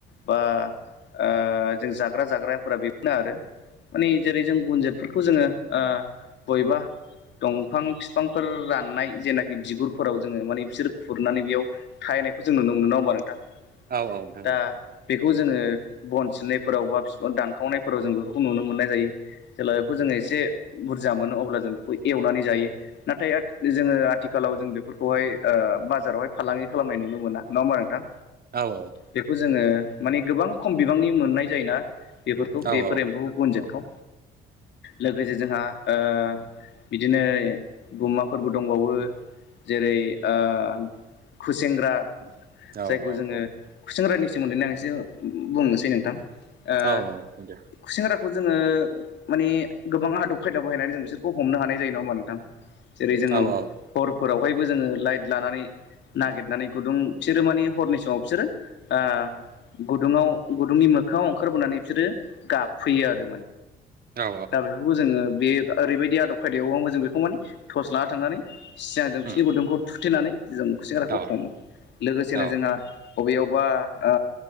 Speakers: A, on the left; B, on the right.
A: बा ओ जों जाग्रा जाग्राफोरा बेफोरनो आरो माने जेरै जों गुनजितफोरखौ जोङो ओ बयबा दंफां बिफांफोर राननाय जेनाखि बिगुरफोराव जोङो माने बिसोर खुरनानै बेयाव था नायखौ जों नुनो मोनो नङा होमबा नोंथां
B: औ औ नोंथां
A: दा
B: औ
A: बेखौ जोङो बन सिननायफोराव बा बिफां दानखावनायफोराव जों बेफोरखौ नुनो मोननाय जायो जेब्ला बेखौ जोङो एसे बुरजा मोनो अब्ला जों बेखौ एवनानै जायो नाथाय जोङो आथिखालाव जों बेफोरखौहाय ओ बाजारावहाय फालांगि खालामनाय नुनो मोना नङा होमबा नोंथां
B: औ नोंथां औ
A: बेखौ जोङो माने गोबां खम बिबांनि मोननाय जायोना बेफोरखौ बेफोर
B: औ
A: एम्फौ गुनजेतखौ लोगोसे जोंहा ओ बिदिनो गुमा फोरबो दंबावो जेरै ओ खुसेेंग्रा
B: औ
A: जायखौ जोङो
B: औ
A: खुसेंग्रानि सोमोनदै ना एसे बुंनोसै नोंथां ओ
B: औ औ दे
A: खुसेंग्रा खौ जोङो माने गोबां आदब खायदा बाहायनानै जों बिसोरखौ हमनो हानाय जायो नङा होमबा नोंथां जेरै जोङो
B: औ औ
A: हरफोरावहायबो जोङो लाइट लानानै नागिरनानै गुदुं बिसोरो मानि हरनि समाव बिसोरो ओ गुदुङाव गुदुंनि मोखाङाव ओंखारबोनानै बिसोरो गाबफैयो आरो
B: औ
A: दा बेफोरखौ जोङो बे ओरैबायदि आदब खायदायावबो जों बेखौ माने टर्स लाना थांनानै सिगां जों बिसिनि
B: उम
A: गुदुंखौ थुथेनानै जों खुसेंग्राखौ
B: औ
A: हमो लोगोसेनो
B: औ
A: जोंहा बबेयाव बा ओ